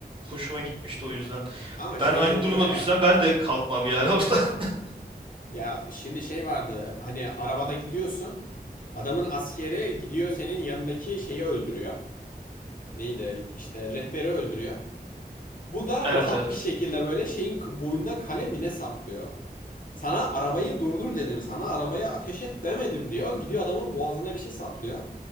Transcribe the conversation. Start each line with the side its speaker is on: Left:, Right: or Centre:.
Right: hoşuma gitmişti o yüzden.
Left: Ama şey
Right: Ben aynı
Left: de oluyor
Right: duruma
Left: ya.
Right: düşsem ben de kalkmam yani oradan. <laughs>
Left: Ya şimdi şey vardı. Hani arabada gidiyorsun. Adamın askeri gidiyor senin yanındaki şeyi öldürüyor. Neydi? İşte rehberi öldürüyor. Bu da
Right: Evet
Left: rahat
Right: evet.
Left: bir şekilde böyle şeyin boynuna kalem mi ne saplıyor. Sana arabayı durdur dedim. Sana arabaya ateş et demedim diyor. Gidiyor adamın boğazına bir şey saplıyor.